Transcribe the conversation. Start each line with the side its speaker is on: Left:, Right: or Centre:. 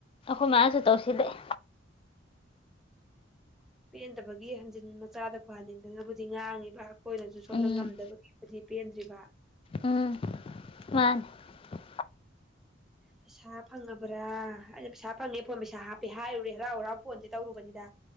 Left: ꯑꯩꯈꯣꯏ ꯃꯥꯁꯨ ꯇꯧꯁꯤꯜꯂꯛꯑꯦ
Centre: ꯄꯦꯟꯗꯕꯒꯤ ꯍꯟꯖꯤꯟ ꯃꯆꯥꯗ ꯐꯍꯟꯅꯤꯡꯗꯅꯕꯨꯗꯤ ꯉꯥꯡꯉꯤꯕ ꯑꯩꯈꯣꯏꯅꯁꯨ ꯁꯣꯝꯗ
Left: ꯎꯝ
Centre: ꯉꯝꯗꯕꯒꯤꯕꯨꯗꯤ ꯄꯦꯟꯗ꯭꯭ꯔꯤꯕ
Left: ꯎꯝ <unintelligible>
Centre: ꯄꯩꯁꯥ ꯐꯪꯉꯥꯕ꯭ꯔꯥ ꯑꯩꯅ ꯄꯩꯁꯥ ꯐꯪꯉꯦ ꯐꯣꯟ ꯄꯩꯁꯥ ꯍꯥꯞꯄꯦ ꯍꯥꯏꯔꯨꯔꯦ ꯍꯔꯥꯎ ꯍꯔꯥꯎ ꯐꯣꯟꯁꯦ ꯇꯧꯔꯨꯕꯅꯤꯗ